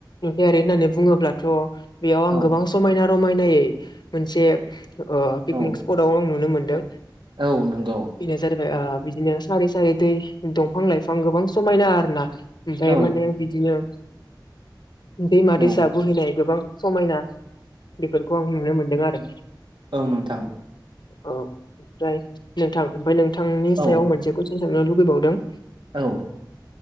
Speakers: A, on the left; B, on the right.
A: नुथायारि होननानै बुङोब्लाथ' बेयाव
B: औ
A: आं गोबां समायना रमायनायै मोनसे ओ पिकनिक
B: औ
A: स्पटआव आं नुनो मोनदों
B: औ नंगौ
A: । जारिबाय आ बिदिनो सारै सारै दै दंफां लाइफां गोबां समायना आरो ना ओमफाय
B: औ
A: माहोनो बिदिनो दैमा,
B: औ
A: दैसा बोहैनाय गोबां समायना बेफोरखौ आं नुनो मोनदों आरो
B: औ नोंथां ।
A: औ ओमफ्राय नोंथां । ओमफ्राय नोंथांनि
B: औ
A: सायाव मोनसे कुइसन सोंनो लुुबैबावदों ।
B: औ ।